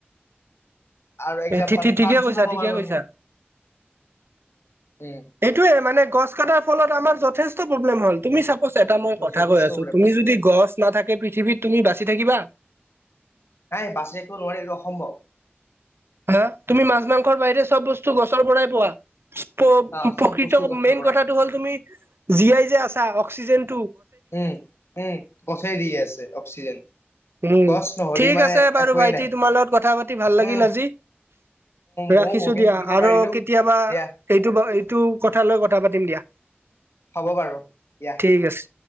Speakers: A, on the left (about 80°); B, on the right (about 70°).
A: আৰু একজাম্পল
B: ঠিঠি
A: ফ্ৰান্সো
B: ঠিকে কৈছা
A: চাব
B: ঠিকে
A: পাৰো
B: কৈছা
A: আমি উম
B: এইটোয়ে মানে গছ কটাৰ ফলত আমাৰ যথেষ্ট প্ৰব্লেম হল তুমি চাব এটা মই কথা
A: যথেষ্ট
B: কৈ আছো
A: প্ৰব্লেম
B: তুমি
A: হৈছে
B: যদি গছ নাথাকে পৃথিৱীত তুমি বাচি থাকিবা
A: নাই বাছি নোৱাৰি এইটো অসম্ভৱ
B: হা তুমি মাছ মাংসৰ বাহিৰে চব বস্তু গছৰ পৰাই পোৱা
A: আহ চব
B: প্ৰকৃত
A: বস্তু গছৰ
B: মেইন
A: পৰাই
B: কথাটো হ'ল তুমি জিআই যে আছা অক্সিজেন
A: উম উম গছেই দি আছে অক্সিজেন
B: উম
A: গছ নহ'লে
B: ঠিক
A: মানে
B: আছে বাৰু
A: একোৱেই
B: ভাইটি
A: নাই
B: তোমাৰ লগত কথা পাতি ভাল লাগিল
A: উম
B: আজি ৰাখিছো
A: ময়ো বহুতখিনি
B: দিয়া
A: শিকিব
B: আৰু
A: পাৰিলো
B: কেতিয়াবা
A: দিয়া
B: এইটো এইটো কথা লৈ কথা পাতিম দ দিয়া
A: হ'ব বাৰু দিয়া
B: ঠিক আছে